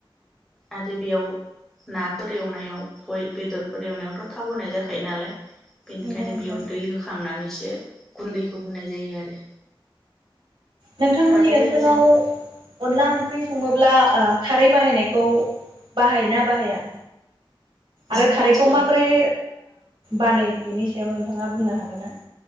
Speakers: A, in the centre; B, on the right (about 65°).
A: आरो बेयाव नाफोर एवनायाव बय बेदरफोर एवनायावथ' थाव होनाय जाखायो नालाय बेनिखायनो
B: नंगौ नोंथां
A: बेयाव दै होखांनानै एसे गुन्दैखौ होनाय जायो आरो
B: नोंथांमोननि
A: आरो
B: ओनसोलाव
A: जों
B: अनला ओंख्रि ओंख्रि संङोब्ला खारै बाहायनायखौ बाहायो ना बाहाया आरो
A: जोंनि
B: खारैखौ
A: ओनसोलाव
B: माबोरै बानायो बेनि सायाव नोंथांङा बुंनो हागोन ना?